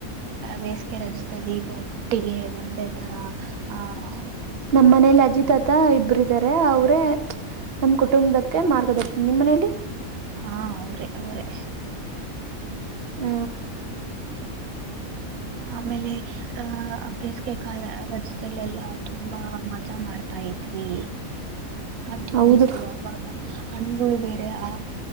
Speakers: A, on the right; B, on the right.
A: ಬೇಸಿಗೆ ರಜದಲ್ಲಿ ಒಟ್ಟಿಗೆ ಒಂದೇ ತರ ಆಹ
B: ನಮ್ಮ್ ಮನೇಲಿ ಅಜಿತ್ ತ್ತ ಇಬ್ಬರುಿದ್ದಾರೆ ಹೌದು ನಮ್ಮ ಕುಟುಂಬಕ್ಕೆ ಮಾರ್ಗದರ್ಶನ ನಿಮ್ಮ ಮನೆಯಲ್ಲಿ
A: ಹಾ ಅವರೇ ಅವರೇ
B: ಹ
A: ಆಮೇಲೆ ಆ ಬೇಸಗೆ ಕ ರಾಜ್ಯದಲ್ಲೆಲ್ಲಾ ತುಂಬಾ ಮಜಾ ಮಾಡ್ತಾ ಇದ್ವಿ ಅದು
B: ಹೌದು
A: ಇು ಅವಾಗ ಹಣ್ಗಳು ಬೇರೆ ಆ